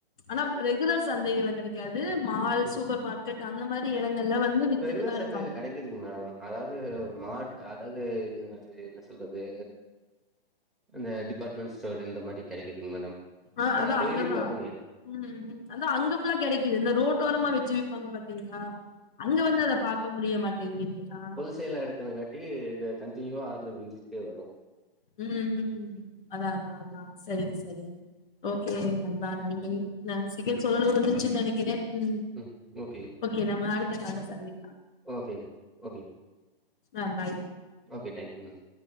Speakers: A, on the left; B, in the centre.
A: ஆனா ரெகுலர் சந்தைகள்ல கெடைக்காது மால்
B: ம்
A: சூப்பர் மார் கெட் அந்த மாரி இடங்கள்ல வந்து வித்துட்டுதாருக்காங்க
B: ரெகுலர் சந்தையில கெடைக்குதுங்க மேடம் அதாவது மாட் அதாவது இது என்ன சொ ல்றது அந்த டிபார்ட்மெண்ட் ஸ்டோர் இந்த மாரி கிடைக்குதுங்க மேடம்
A: ஆ அதா
B: ஆன் டெய்லியு
A: அங்கதா
B: பாப்பேனுங்க
A: ம் ம் அதா அங்க ஃபுல்லா கெடைக்குது இந்த ரோட்டோரமா வச்சு பாங்க பாத்தீங்களா அங்க வந்து அத பாக்க முடிய மாட்டேங்கிது ஆ
B: சேல எடுக்கணுங் காட்டி கண்டினியூவா ஆர்டரு வீட்டுகே வரு
A: ம் ம் அதா அதா அதா செரி
B: ம்
A: செரி ஓகே நண்பா நன்றி நா
B: ம்
A: செகண்ட் சொலலே வந்துருச்சு நெனைக்கிறே ம்
B: ம் ஓகேங்க
A: ஓகே நம்ம அடுத்தக்கால்ல சந்தி
B: ஓகேங் ஓகேங்
A: ஆ பாய்
B: ஓகே தேங்க்யூ மேம்